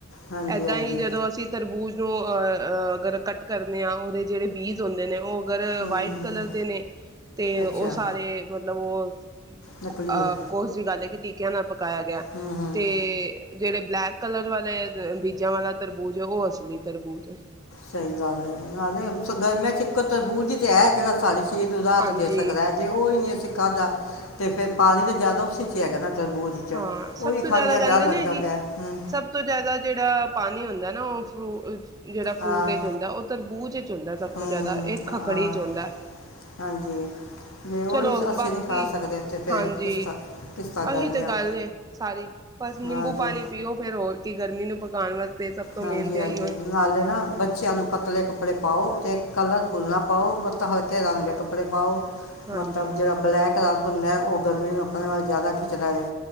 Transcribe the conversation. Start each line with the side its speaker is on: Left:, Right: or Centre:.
Left: ਹਾਂਜੀ
Right: ਏਦਾਂ
Left: ਹਾਂਜੀ
Right: ਹੀ ਜਦੋਂ ਅਸੀਂ ਤਰਬੂਜ ਨੂੰ ਅ ਅਗਰ ਕੱਟ ਕਰਦੇ ਹਾਂ ਉਹਦੇ ਜਿਹੜੇ ਬੀਜ ਹੁੰਦੇ ਨੇ ਉਹ ਅਗਰ
Left: ਹਮ
Right: ਵਾਈਟ ਕਲਰ ਦੇ ਨੇ ਤੇ
Left: ਅੱਛਾ
Right: ਉਹ ਸਾਰੇ ਮਤਲਬ ਉਹ <unintelligible>
Left: ਨਕਲੀ
Right: ਆਹ
Left: ਹੈ
Right: ਕੋਸ ਦੀ ਗੱਲ ਹੈ ਕਿ ਕਹਿ ਨ ਆਪ ਪਕਾਇਆ ਗਿਆ
Left: ਹਮ ਹਮ
Right: ਤੇ ਜਿਹੜੇ ਬਲੈਕ ਕਲਰ ਵਾਲੇ ਬੀਜਾਂ ਵਾਲਾ ਤਰਬੂਜ ਹੈ, ਉਹ ਅਸਲੀ ਤਰਬੂਜ ਹੈ।
Left: ਸਹੀ ਗੱਲ ਹੈ ਨਾਲੇ ਗਰਮੀਆਂ ਚ ਇੱਕ ਤਰਬੂਜ ਤੇ ਹੈ ਜਿਹੜਾ ਸਾਡੇ ਕੀ ਉਹਦਾ ਹੱਥ
Right: ਹਾਂਜੀ
Left: ਦੇ ਸਕਦਾ ਹੈ ਜੇ ਉਹ ਨੀ ਏ ਸਿੱਖਾਂ ਦਾ ਅਤੇ ਫਿਰ ਪਾਣੀ ਤਾਂ ਜ਼ਿਆਦਾ ਉਸਚਿਆ ਹੈਗਾ ਨਾ ਤਰਬੂਜ ਚ
Right: ਹਾਂ, ਸਭ
Left: ਉਹ ਵੀ
Right: ਤੋਂ
Left: ਖਾਂਦਿਆਂ
Right: ਜ਼ਿਆਦਾ ਕਹਿੰਦੇ
Left: ਡਰ ਲੱਗਦਾ
Right: ਨੇ ਕਿ
Left: ਪਿਆ ਹੈ। ਹਮ
Right: ਸਭ ਤੋਂ ਜ਼ਿਆਦਾ ਜਿਹੜਾ ਪਾਣੀ ਹੁੰਦਾ ਦੇ ਨਾ ਉਹ ਫਰੂ ਜਿਹੜਾ ਫਰੂਟ
Left: ਹਾਂ
Right: ਚ ਹੁੰਦਾ ਉਹ ਤਰਬੂਜ ਚ ਹੁੰਦਾ ਸਭ
Left: ਹਮ
Right: ਤੋਂ ਜ਼ਿਆਦਾ ਇਹ ਖੱਕੜੀ
Left: ਹਾਂ
Right: ਚ ਹੁੰਦਾ,
Left: ਹਾਂਜੀ ਜੇ ਉਹ
Right: ਚਲੋ
Left: ਇਸ ਅਸੀਂ
Right: ਬਾਕੀ
Left: ਨਹੀਂ ਖਾ ਸਕਦੇ ਇੱਥੇ ਫਿਰ
Right: ਹਾਂਜੀ
Left: ਕਿਸ ਤਰ੍ਹਾਂ ਕਿਸ ਤਰ੍ਹਾਂ
Right: ਅਸੀਂ
Left: ਗਰਮੀਆਂ
Right: ਤੇ ਗੱਲ ਏ ਸਾਰੀ ਬਸ ਨਿੰਬੂ
Left: ਹਾਂਜੀ
Right: ਪਾਣੀ ਪੀਓ ਫੇਰ ਹੋਰ ਕੀ ਗਰਮੀ ਨੂੰ ਪਕਾਉਣ ਵਾਸਤੇ ਸਭ ਤੋਂ
Left: ਹਾਂਜੀ-ਹਾਂਜੀ,
Right: ਮੇਨ ਤੇ ਇਹੀਓ ਏ
Left: ਨਾਲੇ ਨਾ ਬੱਚਿਆਂ ਨੂੰ ਪਤਲੇ ਕੱਪੜੇ ਪਾਓ ਤੇ ਕਲਰ ਫੁੱਲ ਨਾ ਪਾਓ, ਬੱਤਾ ਹਲਕੇ ਰੰਗ ਦੇ ਕੱਪੜੇ ਪਾਓ।
Right: ਹਾਂਜੀ
Left: ਮਤਲਬ ਜਿਹੜਾ ਬਲੈਕ ਲੱਗਦਾ ਹੁੰਦਾ ਉਹ ਗਰਮੀ ਨੂੰ ਆਪਣੇ ਨਾਲ ਜ਼ਿਆਦਾ ਖਿੱਚਦਾ ਦੇ।